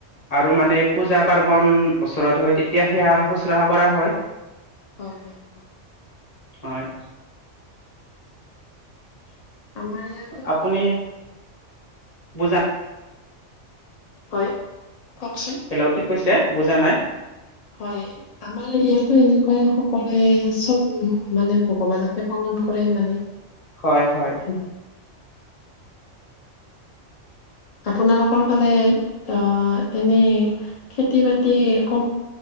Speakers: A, on the left; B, on the left.
A: আৰু
B: হয়
A: মানে পূজা পাৰ্বণ ওচৰত হয় তেতিয়া সেয়া শুশ্ৰূষা কৰা হয়
B: হয় হয় হয়
A: হয়
B: আমাৰ ইয়াতো
A: আপুনি বুজা
B: হয় কওকচোন
A: হেল্ল' কি কৈছে বুজা নাই
B: হয় আমাৰ ইয়াতো এনেকুৱাই সকলোৱে চব মানে ভগৱানকে পালন কৰে কৰেই মানে
A: হয় হয়
B: ও আপোনালোকৰ ফালে অ এনে খেতি বাতি কম